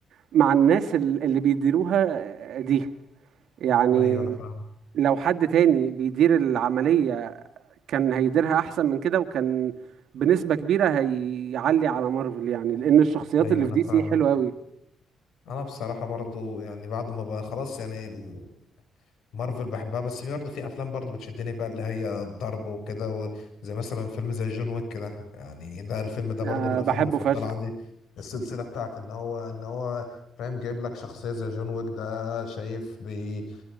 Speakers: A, on the right; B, on the left.
A: مع الناس ال- اللي بيديروها دي يعني
B: ايوه انا فاهم
A: لو حد تاني بيدير العملية كان هيديرها احسن من كده وكان بنسبة كبيرة هيعلي على مارفل يعني لان الشخصيات
B: ايوه
A: اللي
B: انا
A: في دي
B: فاهمك
A: سي حلوة قوي
B: انا بصراحه برضو يعني بعد ما بقى خلاص يعني ال- مارفل بحبها بس في برضه في افلام برضه بتشدني بقى اللي هي الضرب وكده و- زي مثلا فيلم زي جون ويك كده يعني ده الفيلم ده
A: أه
B: برضه من الافلام
A: بحبه
B: المفضله
A: فشخ
B: عندي السلسله بتاعت ان هو ان هو فاهم جايب لك شخصيه زي جون ويك ده شايف بي